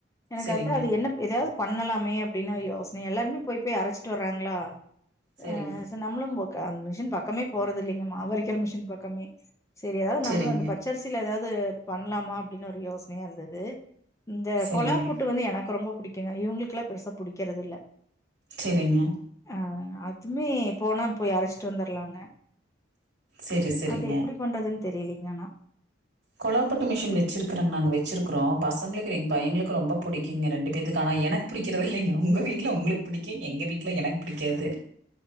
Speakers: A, on the left; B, on the right.
A: எனக்கு
B: சரிங்க,
A: வந்து அது என்ன எதாது பண்ணலாமே அப்டின்னு யோசனே எல்லாருமே பெய் பெய் அரைச்சுட்டு வராங்க்ளா
B: சரிங்க,
A: ஆ ச நம்மளு போக அந்த மிஷின் பக்கமே போறது இல்லங்க மாவரிக்கிற மிஷின் பக்கமே சரி எதாது நம்ளு
B: சரிங்க,
A: அந்த பச்சரிசியில ஏதாது பண்லாமா அப்டின்னு ஒரு யோசனையா இருந்துது இந்த
B: சரிங்க,
A: கொழா பூட்டு வந்து எனக்கு ரொம்ப புடிக்குங்க இவங்களுக்கெல்லா பெருசா புடிக்றது இல்ல
B: செரிங்க
A: ஆ அதுமே போனான் போய் அரச்சிட் வந்துர்லாங்க
B: சரி, சரிங்க.
A: அது எப்புடி பண்றதுன் தெரிய்லீங்கனா
B: கொழாப்புட்டு மிஷின் வெச்சுருக்குற நாங்க வெச்சுருக்குறோ பசங்ளுக்கு எங் பையங்ளுக்கு ரொம்ப புடிக்குங்க ரெண்டு பேத்துக்கு ஆனா எனக் புடிக்கிறத் இல்லைங்கோ உங்க வீட்ல உங்களுக் புடிக்கு எங்க வீட்ல எனக் புடிக்காது